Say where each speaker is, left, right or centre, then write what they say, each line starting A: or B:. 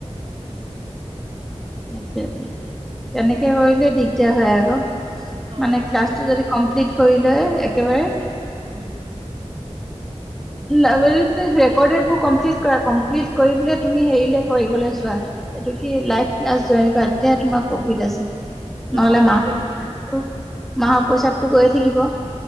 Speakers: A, in the centre; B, on the right (about 55°).
A: সেইটোৱে ত তেনেকে কৰিলে দিগদাৰ হয় আক
B: অ
A: মে ক্লাছটো যদি কমপ্লিট কৰিলয় একেবাৰে
B: উম
A: লাগিলে তুমি ৰেকৰ্ডেত বোৰ কম্পিলিত কৰা, কম্পিলিত কৰি পিনে তুমি সেইলে কৰিবলৈ চোৱা, এইটো কি লাইভ ক্লাছ জয়ন কৰা তেতিয়া হে তোমাৰ প্ৰফিড আছে ।
B: অ
A: নহলে
B: অ
A: মাহটো
B: সেইটো
A: মাহৰ পইচাতটো গৈয়ে থাকিব।